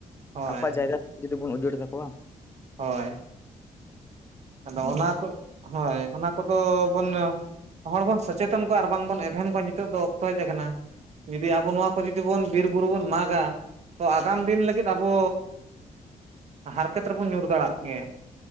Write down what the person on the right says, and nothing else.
ᱦᱳᱭ
ᱦᱳᱭ ᱾ ᱟᱫᱚ ᱚᱱᱟ ᱠᱚ, ᱦᱳᱭ, ᱚᱱᱟ ᱠᱚᱫᱚ ᱵᱚᱱ ᱦᱚᱲ ᱵᱚᱱ ᱥᱚᱪᱮᱛᱚᱱ ᱠᱚᱣᱟ, ᱟᱨ ᱵᱟᱝ ᱵᱚᱱ ᱮᱵᱷᱮᱢ ᱠᱚᱣᱟ, ᱱᱤᱛᱚᱜ ᱫᱚ, ᱚᱠᱛᱚ ᱦᱮᱡ ᱟᱠᱟᱱᱟ ᱾ ᱡᱩᱫᱤ ᱟᱵᱚ, ᱱᱚᱣᱟ ᱠᱚ ᱡᱩᱫᱤ ᱵᱚᱱ, ᱵᱤᱨ ᱵᱩᱨᱩ ᱵᱚᱱ, ᱢᱟᱜᱟ ᱛᱚ, ᱟᱜᱟᱢ ᱫᱤᱱ ᱞᱟᱹᱜᱤᱫ, ᱟᱵᱚᱻ, ᱦᱟᱨᱠᱮᱛ ᱨᱮᱵᱚᱱ, ᱧᱩᱨ ᱫᱟᱲᱭᱟᱜ ᱜᱮᱭᱟ ᱾